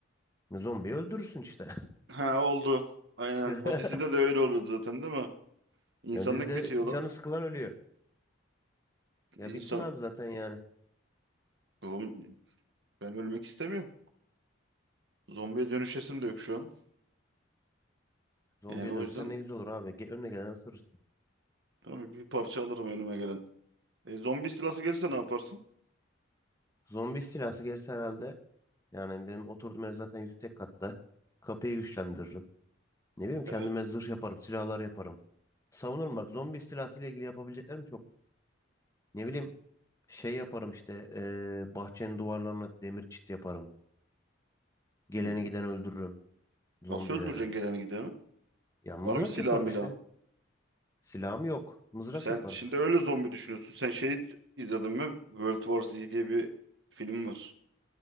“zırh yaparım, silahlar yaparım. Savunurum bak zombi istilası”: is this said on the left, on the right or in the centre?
Left